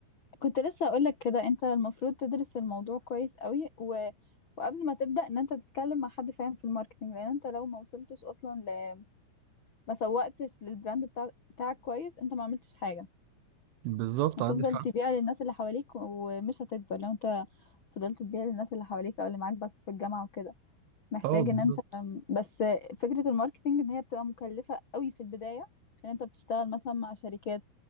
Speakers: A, on the left; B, on the right.
A: كنت لسه اقول لك كده انت المفروض تدرس الموضوع كويس قوي و... وقبل ما تبدا ان انت تتكلم مع حد فاهم في الماركتنج لان انت لو ما وصلتش اصلا ل... ما سوقتش للبراند بتاع... بتاعك كويس انت ما عملتش حاجه
B: بالظبط
A: هتفضل
B: عندك حق
A: تبيع للناس اللي حواليك و- ومش هتكبر لو انت فضلت تبيع للناس اللي حواليك او اللي معاك بس في الجامعة وكده محتاج
B: اه بالظبط
A: ان انت بس فكرة الماركتينج ان هي بتبقى مكلفة قوي في البداية ان انت بتشتغل مثلا مع شركات